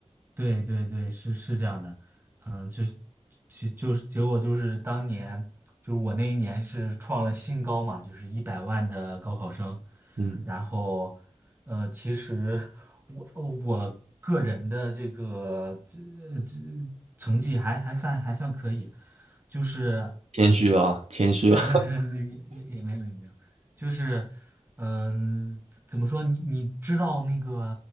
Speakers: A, on the right; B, on the right.
A: 对对对，是是这样的，嗯，就是其就是结果就是当年就是我那一年是创了新高嘛，就是一百万的高考生，
B: 嗯，
A: 然后呃，其实我呃我个人的这个这这呃成绩还还算还算可以，就是。
B: 谦虚了啊，谦虚了。
A: <laughs> 也也也没有也没有，就是，嗯、怎么说？你你知道那个，